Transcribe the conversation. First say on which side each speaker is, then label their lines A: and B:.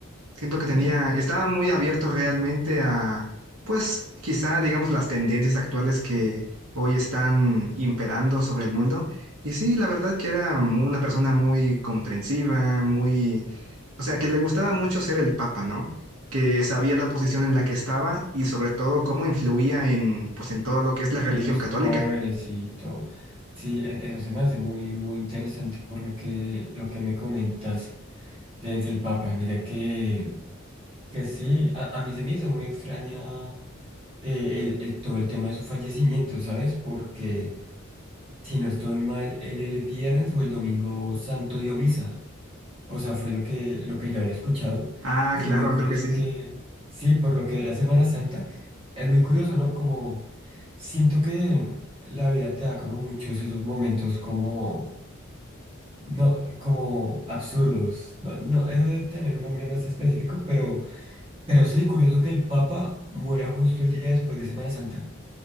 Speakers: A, on the right (about 90°); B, on the right (about 25°).
A: Siento que
B: ¿sí?
A: tenía, estaba muy abierto realmente a, pues, quizá, digamos, las tendencias actuales que hoy están imperando sobre el mundo. Y sí, la verdad que era una persona muy comprensiva, muy, o sea, que le gustaba mucho ser el papa, ¿no? Que sabía la posición en la que estaba y sobre todo cómo influía en, pues, en todo lo que es la
B: en
A: religión
B: los
A: católica.
B: jóvenes y todo. Sí, e- eso se me hace muy, muy interesante por lo que, lo que me comentas desde el Papa. Mira que, que sí, a, a mí se me hizo muy extraña eh, el, el- todo el tema de su fallecimiento, ¿sabes? Porque si no estoy mal, él el viernes o el domingo santo dio misa. O sea, fue lo que, lo que yo había escuchado.
A: Ah,
B: Y
A: claro,
B: es muy curioso
A: creo que sí.
B: que, sí, por lo que era Semana Santa, es muy curioso, ¿no? Como Siento que la vida te da como muchos esos momentos como, no, como absurdos. No, no, eso debe tener un nombre más específico, pero, pero sí, curioso que el Papa muera justo el día después de Semana Santa.